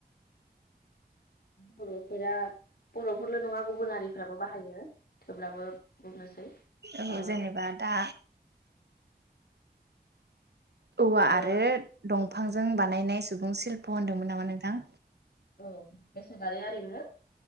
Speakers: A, on the left (about 65°); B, on the right (about 75°).
A: बर'फोरा बर'फोरल' नङा गुबुन हारिफोराबो बाहायो थेवब्लाबो बुंनोसै
B: औ
A: ओ
B: जेनेबा दा औवा
A: औ
B: आरो दं बिफांजों बानायनाय सुबुं शिल्प' होनदोंमोन नामा नोंथां
A: औ बेसादारि आरिमु